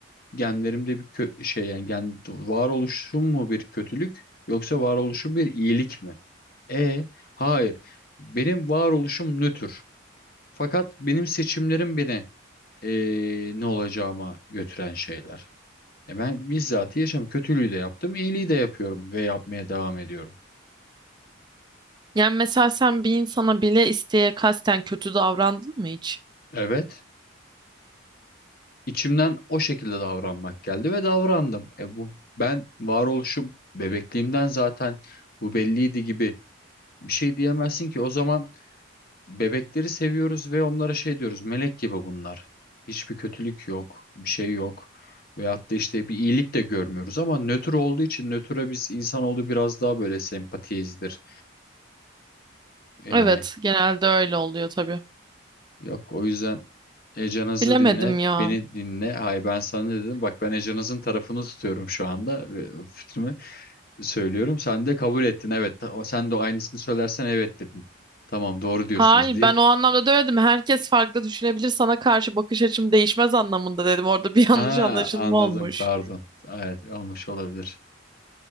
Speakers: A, on the left; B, on the right.
A: genlerimde bir kö- şey yani gen varoluşum mu bir kötülük yoksa varoluşum bir iyilik mi? E hayır. Benim varoluşum nötr. Fakat benim seçimlerim beni eee, ne olacağıma götüren şeyler. E ben bizzat yaşam kötülüğü de yaptım, iyiliği de yapıyorum ve yapmaya devam ediyorum.
B: Yani mesela sen bir insana bile isteye kasten kötü davrandın mı hiç?
A: Evet, içimden o şekilde davranmak geldi ve davrandım. E bu ben varoluşum bebekliğimden zaten bu belliydi gibi bir şey diyemezsin ki o zaman Bebekleri seviyoruz ve onlara şey diyoruz. Melek gibi bunlar. Hiçbir kötülük yok, bir şey yok. Veyahut da işte bir iyilik de görmüyoruz ama nötr olduğu için nötre biz insanoğlu biraz daha böyle sempatiyizdir. Yani
B: Evet, genelde öyle oluyor tabii.
A: yok o yüzden Ecanız'ı
B: Bilemedim
A: dinle,
B: ya.
A: beni dinle. Hayır ben sana ne dedim? Bak ben Ecanız'ın tarafını tutuyorum şu anda ve fikrimi söylüyorum. Sen de kabul ettin evet. Ta- Sen de aynısını söylersen evet dedin. Tamam doğru diyorsunuz
B: Hayır,
A: diye
B: ben o anlamda demedim. Herkes farklı düşünebilir. Sana karşı bakış açım değişmez anlamında dedim. Orada bir
A: Ha
B: <laughs> yanlış anlaşılma
A: anladım
B: olmuş.
A: pardon. Evet olmuş olabilir.